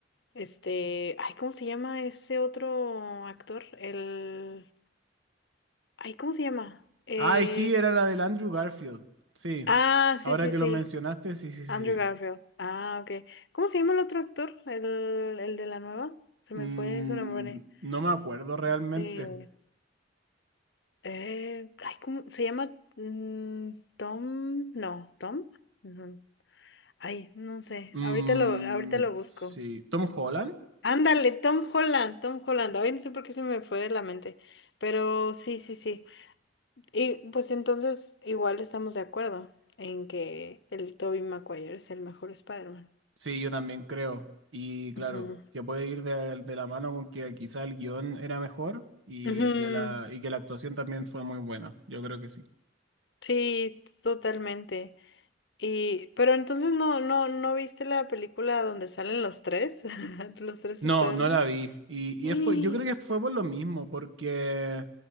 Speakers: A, on the left; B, on the right.
A: este, ay, ¿cómo se llama ese otro actor? El, ay, ¿cómo se llama? Eh,
B: Ay, sí, era la del Andrew Garfield. Sí.
A: ah,
B: Ahora
A: sí, sí,
B: que
A: sí,
B: lo mencionaste, sí, sí, sí.
A: Andrew Garfield. Ah, ok. ¿Cómo se llama el otro actor? El, el de la nueva. Se
B: Mm,
A: me fue su nombre.
B: no me acuerdo realmente.
A: Este. Eh, ay, ¿cómo se llama? Mm, Tom, no, Tom. Ujú. Ay, no sé.
B: Mm,
A: Ahorita lo, ahorita lo busco.
B: sí. ¿Tom Holland?
A: Ándale, Tom Holland, Tom Holland. Ay, no sé por qué se me fue de la mente. Pero sí, sí, sí. Y pues entonces igual estamos de acuerdo en que el Tobey Maguire es el mejor Spider-Man.
B: Sí, yo también creo. Y claro,
A: Ujú.
B: que puede ir de, de la mano con que quizá el guión era mejor y
A: Ujú.
B: que la, y que la actuación también fue muy buena. Yo creo que sí.
A: Sí, totalmente. Y, pero entonces no, no, no viste la película donde salen los tres, <laughs> los tres
B: No,
A: Spider-Man.
B: no la vi. Y,
A: <gasps> ¡Ih!
B: y es por- yo creo que fue por lo mismo, porque...